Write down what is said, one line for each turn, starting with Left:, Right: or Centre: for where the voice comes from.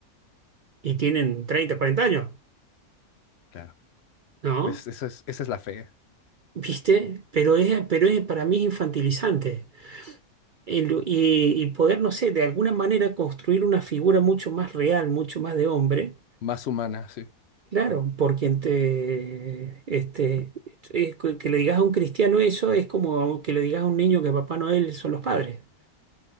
Right: y tienen 30 40 años,
Left: Claro.
Right: ¿no?
Left: Pues esa es, esa es la fe
Right: ¿Viste? Pero es, pero es, para mí es infantilizante. En lu- Y, y poder, no sé, de alguna manera construir una figura mucho más real, mucho más de hombre,
Left: más humana, sí.
Right: Claro, por quien te, este, es que que le digas a un cristiano eso es como que le digas a un niño que Papá Noel son los padres,